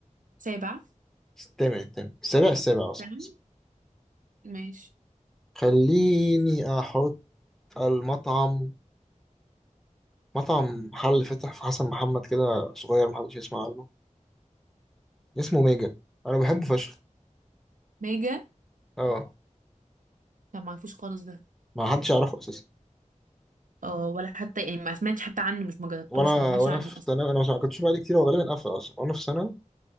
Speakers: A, on the right (about 80°); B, in the centre.
A: سابع
B: الثامن الثامن السابع السابع اه صح
A: تمام
B: صح.
A: ماشي
B: خليني احط المطعم مطعم محل فتح في حسن محمد كده صغير محدش يسمع عنه اسمه ميجا انا بحبه فشخ
A: ميجا
B: اه
A: لا ما عرفوش خالص ده
B: ما حدش يعرفه اساسا
A: اه ولا حتى يعني ما سمعتش حتى عنه مش ما جربتوش
B: وانا
A: ما سمعتش
B: وانا
A: عنه
B: في
A: اصلا
B: ثانوي انا ما كنتش بقالي كتير هو غالبا قفل اصلا وانا في ثانوي